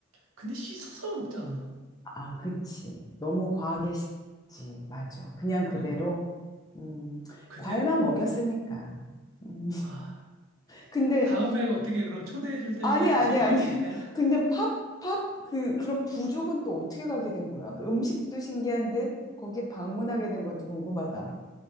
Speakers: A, on the right; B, on the left.
A: 근데 씻어서 먹잖아.
B: 아, 그치. 너무 과하게 식지. 맞아. 그냥 그대로,
A: 어.
B: 음,
A: 그대
B: 과일만 먹였으니까. 음,
A: 아.
B: 근데,
A: 다음에 어떻게 그럼 초대해 줄 테니까
B: 아니,
A: 가서
B: 아니,
A: 먹어볼
B: 아니.
A: 때야?
B: 근데 팝, 팝, 그, 그런 부족은 또 어떻게 가게 된 거야? 그 음식도 신기한데, 거기에 방문하게 된 것도 궁금하다.